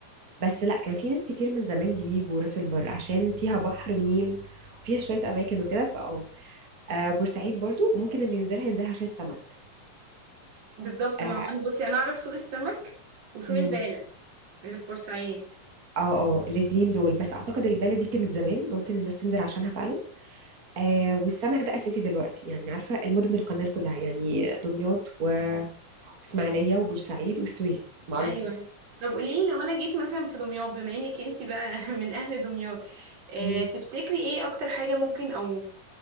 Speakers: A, on the right; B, on the right.
A: بس لا كان في ناس كتير من زمان بيجوا راس البر عشان فيها بحر ونيل وفيها شوية أماكن وكده فأه آه، بورسعيد برضو ممكن اللي ينزلها ينزلها عشان السمك
B: بالظبط
A: اه
B: ما انا بصي انا اعرف سوق السمك وسوق
A: مم.
B: البالة اللي في بورسعيد
A: اه آه، الاتنين دول بس أعتقد البالة دي كانت زمان ممكن الناس تنزل عشانها فعلا آه والسمك ده أساسي دلوقتي يعني عارفة المدن القنال كلها يعني دمياط و- وإسماعيلية وبورسعيد والسويس معروفة
B: ايوه طب قوليلي لو انا جيت مثلا في دمياط بما انك انتي بقى <laughs> من اهل دمياط آه،
A: ال...
B: تفتكري ايه اكتر حاجة ممكن او